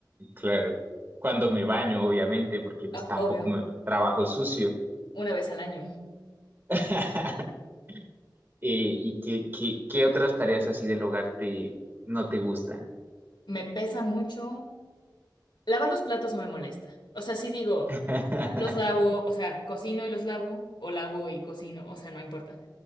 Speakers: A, on the right (about 30°); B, on the left (about 85°).
A: Claro. Cuando me baño, obviamente, porque pues
B: Ah,
A: tampoco
B: obvio.
A: me trabajo sucio.
B: una vez al año.
A: <laughs> Eh, ¿Y qué, qué, qué otras tareas así del hogar te, no te gustan?
B: Me pesa mucho. Lavar los platos no me molesta. O sea, sí digo,
A: <laughs>
B: los lavo, o sea, cocino y los lavo, o lavo y cocino, o sea, no importa.